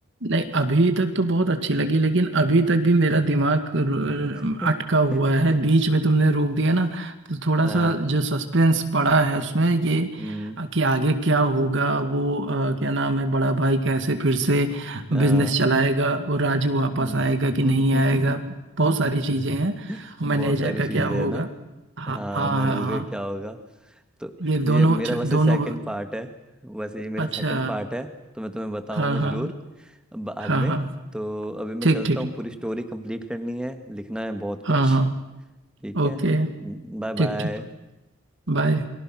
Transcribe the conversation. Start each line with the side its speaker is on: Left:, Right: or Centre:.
Right: नहीं अभी तक तो बहुत अच्छी लगी लेकिन अभी तक भी मेरा दिमाग रु-
Centre: <laughs>
Right: अटका हुआ है बीच में तुमने रोक दिया ना तो थोड़ा
Centre: हाँ
Right: सा जो सस्पेंस पड़ा है उसमें ये
Centre: हम्म,
Right: कि आगे क्या होगा वो अ, क्या नाम है बड़ा भाई कैसे फिर से
Centre: हाँ
Right: बिजनेस चलाएगा और राजू वापस
Centre: हम्म।
Right: आएगा कि नहीं आएगा बहुत सारी चीजें हैं
Centre: <laughs>
Right: मैनेजर
Centre: बहुत सारी
Right: का
Centre: चीजें
Right: क्या होगा
Centre: है ना
Right: हाँ
Centre: हाँ
Right: हाँ
Centre: मैनेजर
Right: हाँ हाँ
Centre: का क्या होगा तो
Right: ये
Centre: ये
Right: दोनों
Centre: मेरा वैसे
Right: दोनों
Centre: सेकंड पार्ट है वैसे ये मेरा
Right: अच्छा
Centre: सेकंड पार्ट है तो मैं तुम्हें बताऊंगा
Right: हाँ
Centre: जरूर
Right: हाँ
Centre: बाद
Right: हाँ
Centre: में
Right: हाँ
Centre: तो अभी मैं
Right: ठीक
Centre: चलता
Right: ठीक
Centre: हूँ पूरी स्टोरी कंप्लीट करनी है लिखना है बहुत कुछ
Right: हाँ हाँ
Centre: ठीक
Right: ओके
Centre: है Bye bye
Right: ठीक ठीक बाय